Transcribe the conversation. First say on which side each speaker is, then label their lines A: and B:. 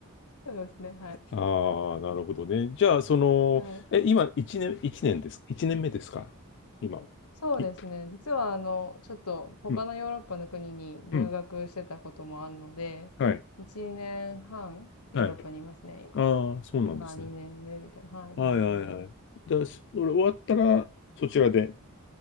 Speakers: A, on the left (about 80°); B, on the left (about 55°).
A: そうですね、はい。
B: ああ、なるほどね。じゃあ、その、
A: <laughs> はい。
B: え、今、一年、一年です。一年目ですか今は。
A: そうですね。
B: い
A: 実は、あの、ちょっと他のヨーロッパの国に留学してたこともあるので、
B: うん、うん。はい、
A: 1年半ヨーロッパにいますね、
B: はい。
A: 今。
B: ああ、そうなんですね。
A: 今2年目みたいな。はい、
B: はいはいはい。
A: そんな感じです。
B: だ、それ終わったら、そちらで。